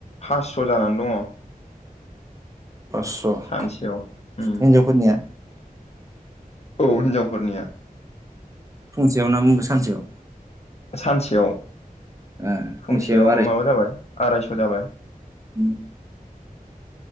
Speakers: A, on the left (about 45°); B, on the right (about 20°).
A: फास्स' जानानै दङ।
B: पासस'
A: सानसेयाव उम
B: हिनजावफोरनिया?
A: औ हिनजावफोरनिया।
B: फुंसेयाव ना मुग सानसेयाव?
A: सानसेयाव
B: ओ
A: फुंसेयाव
B: फंसेयाव
A: माबा जाबाय आरायस' जाबाय।
B: उम